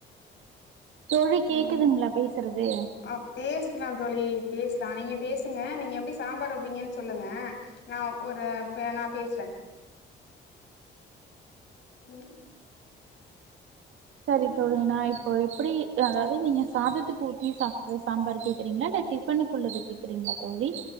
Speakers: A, on the right; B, on the left.
A: தோழி கேக்குதுங்களா பேசுறது
B: ஆ பேசலா தோழி பேசலா நீங்க பேசுங்க நீங்க எப்படி சாம்பார் வைப்பீங்கன்னு சொல்லுங்க நா ஒரு பே நா பேசுறோ ம்
A: சரி தோழி நா இப்போ எப்படி அதாவது நீங்க சாதத்துக்கு ஊத்தி சாப்புறோ சாம்பார் கேக்குறீங்களா இல்ல டிஃபனுக்கு உள்ளது கேக்குறீங்களா தோழி